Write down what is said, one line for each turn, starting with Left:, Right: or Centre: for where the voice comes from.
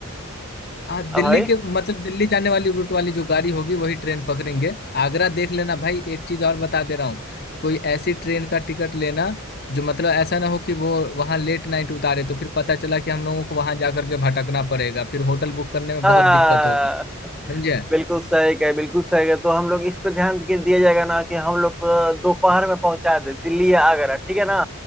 Left: हाँ दिल्ली
Centre: अब भाई
Left: के मतलब दिल्ली जाने वाली रूट वाली जो गाड़ी होगी वही ट्रेन पकड़ेंगे आगरा देख लेना भाई एक चीज और बता दे रहा हूँ कोई ऐसी ट्रेन का टिकट लेना जो मतलब ऐसा ना हो कि वो वहां लेट नाइट उतारे तो फिर पता चला कि हम लोगों को वहां जाकर के भटकना पड़ेगा फिर होटल बुक करने में बहुत
Centre: <laughs>
Left: दिक्कत होगा समझे
Centre: बिल्कुल सही कहे बिल्कुल सही कहे तो हम लोग इस पे ध्यान के दिया जाएगा ना कि हम लोग को दोपहर में पहुंचा दे दिल्ली या आगरा ठीक है ना